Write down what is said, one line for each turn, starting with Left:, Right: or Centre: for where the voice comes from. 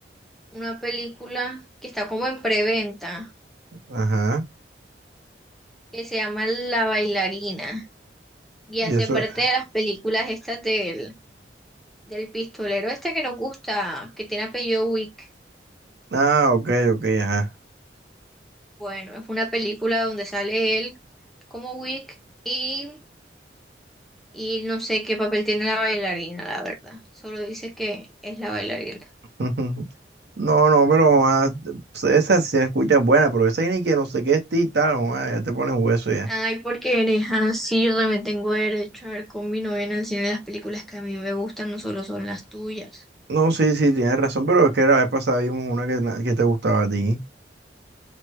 Centre: una película que está como en preventa,
Right: Ajá.
Centre: que se llama La bailarina. Y
Right: Y
Centre: hace
Right: eso,
Centre: parte de las películas estas del, del pistolero este que nos gusta, que tiene apellido Wick.
Right: ah, ok, ok, ajá.
Centre: Bueno, es una película donde sale él como Wick y, y no sé qué papel tiene la bailarina, la verdad. Solo dice que es la bailarina.
Right: <laughs> No, no, pero ah, pues, esa sí se escucha buena, pero esa ni que no sé qué es ti y tal, ah, ya te pones hueso ya.
Centre: Ay, porque eres así, yo también tengo derecho a ver con mi novia en el cine las películas que a mí me gustan, no solo son las tuyas.
Right: No, sí, sí, tienes razón, pero es que la vez pasada vimos una que, na- que te gustaba a ti.